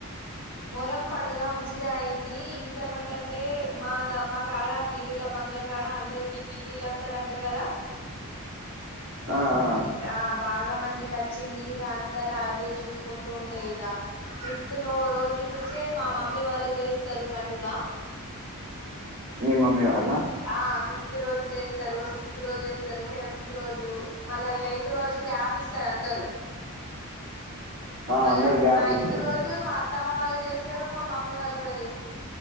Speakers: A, on the left; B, on the right.
A: మొహరం పండుగ మంచిగా అయింది ఇంకా ఏమంటంటే మాద మా కాడ పీరల బంగ్లాగా అందరికి పీరీలు వస్తారంటారు కదా
B: ఆ ఆ
A: ఇంకా బాగా మందికి వచ్చింది ఇగ అందరు అదే చూసుకుంటూ ఉండే ఇగ ఫిఫ్త్ నో రోజు ఫిఫ్త్ నుంచే మా మమ్మీ వాళ్ళు చేస్తారు పండుగ
B: మీ మమ్మీ
A: ఫిఫ్త్
B: వాళ్ళ
A: ఆ ఫిఫ్త్ రోజు చేస్తారు సిక్స్త్ రోజు చేస్తారు సెవెంతత్ రోజు మళ్ళా ఎయిత్ రోజు గ్యాప్ ఇస్త రూ అందర
B: ఆ
A: మళ్ళా
B: అందరు గ్యాప్
A: నైన్త్
B: ఇస్తారు
A: రోజ్ జూ మా అత్తమ్మ వాళ్ళు చేస్తారు మా మమ్మీ వాళ్ళు కూడా చేస్తారు